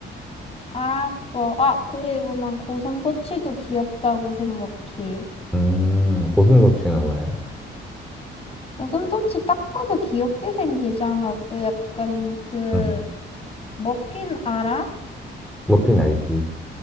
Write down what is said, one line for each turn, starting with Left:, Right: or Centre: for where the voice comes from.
Left: 알았어. 아, 그리고 난 고슴도치도 귀엽다고 생각해.
Centre: 음, 고슴도치는 왜?
Left: 고슴도치 딱 봐도 귀엽게 생기지 않았어? 약간 그,
Centre: 응,
Left: 머핀 알아?
Centre: 머핀 알지?